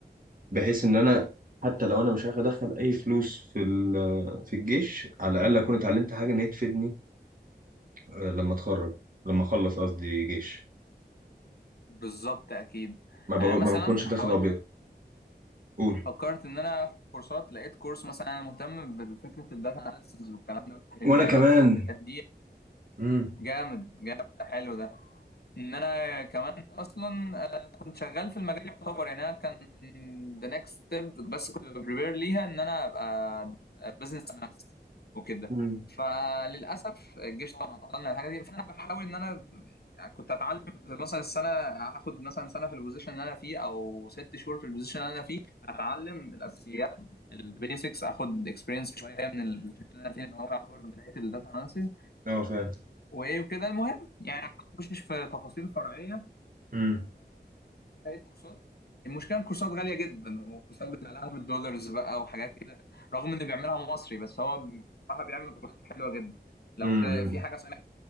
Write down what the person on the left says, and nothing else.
بالظبط اكيد
يعني انا
مثلا
حاولت
فكرت ان انا اخد كورسات لقيت كورس مثلا انا مهتم بفكره الداتا اناليسيز والكلام ده وتحليل
البيانات
والحاجات دي
جامد جامد حلو ده ان انا كمان اصلا آه، كنت شغال في المجال يعتبر يعني انا كان ذا نيكست ستيب بس كنت بريبير ليها ان انا ابقى بزنس اناليست وكده
فللاسف الجيش طبعا عطلنا الحاجه دي فانا بحاول ان انا كنت اتعلم في مثلا السنه هاخد مثلا سنه في البوزيشن اللي انا فيه او ست شهور في البوزيشن اللي انا فيه هتعلم الاساسيات البيسكس اخد اكسبيرينس شويه من البوزيشن اللي انا فيه ان هو يعتبر بدايه الداتا اناليسيز
وايه وكده المهم يعني مش في تفاصيل فرعيه
لقيت كورسات المشكله الكورسات غاليه جدا والكورسات بتاع 1000 دولارز بقى وحاجات كده رغم انه بيعملها مصري بس هو بصراحه بيعمل كورسات حلوه جدا لو
ت... في حاجه اسمها